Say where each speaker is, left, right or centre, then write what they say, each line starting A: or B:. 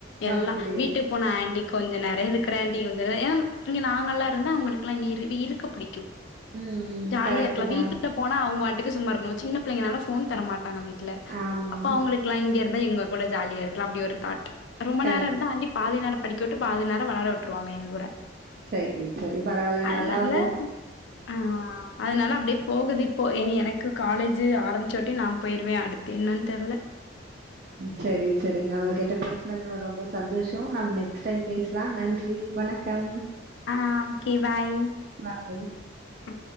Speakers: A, on the left; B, on the right.
A: எல்லா
B: அப்படியா
A: வீட்டுக்கு போனா ஆன்ட்டி கொஞ்சே நேரோ இருக்கறேன்ட்டி ஒரு தடவ ஏன்னா இங்க நாங்கெல்லா இருந்தா அவங்களுக்கெல்லா இங்க இருக்க இருக்க புடிக்கும்
B: ம்
A: ஜாலியாயிருக்கலா
B: கரெக்ட் தா
A: வீட்டுகப் அவங்க வாட்டுக்கு சும்மாயிருக்கணோ சின்ன பிள்ளைங்கனால போன் தரமாட்டாங்க வீட்ல
B: ஆமா
A: அப்ப அவங்களுக்கு இருக்கலாம் இங்க இருந்தா எங்க கூட ஜாலியாயிருக்கலா அப்டி ஒரு தாட் ரொம்ப
B: கண்
A: நேரோ இருந்தா ஆண்ட்டி பாதி நேரம் படிக்க விட்டு பாதிநேரம் விளாட விட்ருவாங்க எங்க கூட
B: செரி செரி பரவால்ல
A: அதனால
B: நல்லா வந்து
A: ஆ அதனால அப்டியே போகுது இப் போ இனி எனக்கு காலேஜு ஆரம்பிச்சோட்டி நா போயிருவே அடுத்து என்னான்னு தெர்ல
B: செரி செரிங்க ஒங்க கிட்ட பேசனதுல ரொம்ப சந்தோஷ நம் நெக்ஸ்ட் டைம் பேஸ்லா நன்றி வணக் கம்
A: ஆ ஓகே பாய்
B: வா கேய்
A: ஆ.